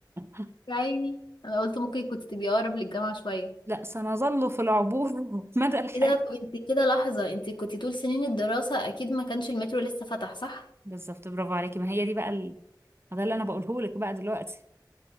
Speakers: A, on the right; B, on the left.
A: <laughs>
B: يا عيني انا قلت ممكن كنت تبقي اقرب للجامعة شوية
A: لا سنظل في العبور <laughs> مدى الحياه
B: ايه ده طب انت كده لحظة انت كنت طول سنين الدراسة اكيد ما كانش المترو لسه فتح صح
A: بالظبط برافو عليكي ما هي دي بقى ال... ما ده اللي انا بقوله لك بقى دلوقتي